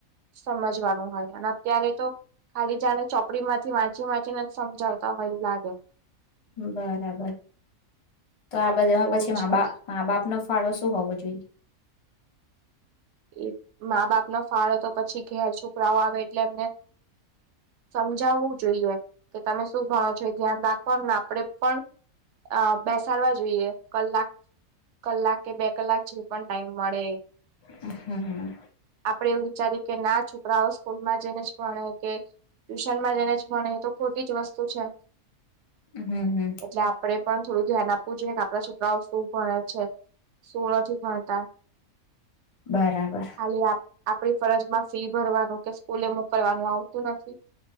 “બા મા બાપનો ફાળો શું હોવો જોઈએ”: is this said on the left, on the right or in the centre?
Left